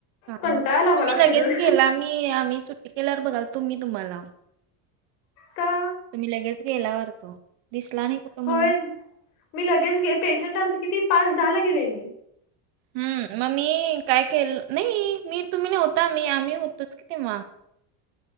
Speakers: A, on the right; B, on the left.
A: काय
B: कंटाळ
A: नाही
B: आला मला
A: तुम्ही लगेच
B: फिरून.
A: गेला आम्ही सुटी केल्यावर बघालतो तुम्ही तुम्हाला.
B: का?
A: तुम्ही लगेच गेला वाढत दिसला नाही. कुठं म्हणून.
B: होय मी लगेच गे पेशंट आलते किती पाच दहा ला गेले मी.
A: हम्म मग मी काय केल नाही मी तुम्ही नव्हता मी आम्ही होतोच कि तेव्हा. <inaudible>